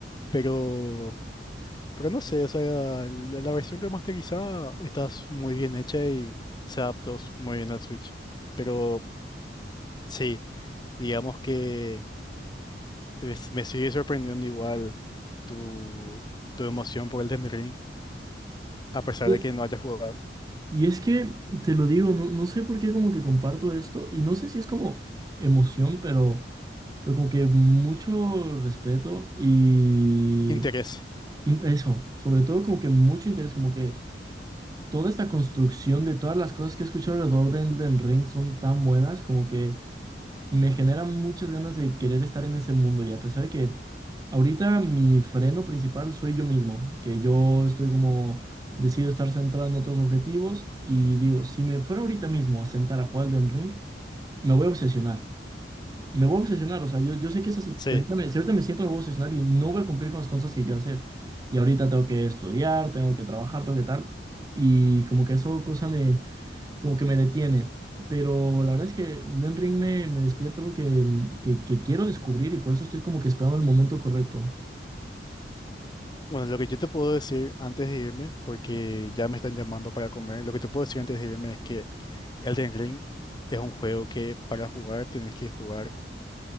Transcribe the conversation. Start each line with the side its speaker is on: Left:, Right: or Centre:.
Left: pero, pero no sé, o sea, la, la versión remasterizada está s- muy bien hecha y se adaptó s- muy bien al Switch. Pero sí, digamos que eh, s- me sigue sorprendiendo igual tu, tu emoción por el Elden Ring, a pesar
Right: Y
Left: de
Right: es,
Left: que no haya jugado.
Right: y es que, te lo digo, no, no sé por qué como que comparto esto y no sé si es como emoción, pero, pero como que mucho respeto y,
Left: Interés.
Right: y eso, sobre todo como que mucho interés, como que toda esta construcción de todas las cosas que he escuchado alrededor de Elden Ring son tan buenas, como que me genera muchas ganas de querer estar en ese mundo y a pesar de que ahorita mi freno principal soy yo mismo, que yo estoy como decido estar centrado en otros objetivos y digo, si me fuera ahorita mismo a sentar a jugar Elden Ring, me voy a obsesionar. Me voy a obsesionar, o sea, yo, yo sé que es así.
Left: Sí.
Right: Si ahorita me, si ahorita me siento, me voy a obsesionar y no voy a cumplir con las cosas que quiero hacer. Y ahorita tengo que estudiar, tengo que trabajar, tengo que tal. Y como que eso cosa como que me detiene. Pero la verdad es que Den Ring me, me despierta algo que, que, que quiero descubrir y por eso estoy como que esperando el momento correcto.
Left: Bueno, lo que yo te puedo decir antes de irme, porque ya me están llamando para comer, lo que te puedo decir antes de irme es que Elden Ring es un juego que para jugar tenés que jugar